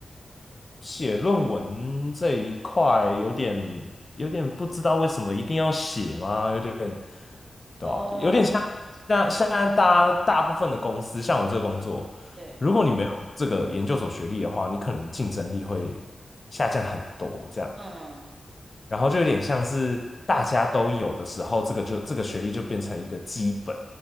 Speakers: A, on the left; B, on the right.
A: 写论文这一块有点有点不知道为什么一定要写吗？有点对啊，
B: 哦，
A: 有点像像现在大家大部分的公司，像我这个工作，
B: 对，
A: 如果你没有这个研究所学历的话，你可能竞争力会下降很多这样。
B: 嗯，
A: 然后就有点像是大家都有的时候，这个就这个学历就变成一个基本，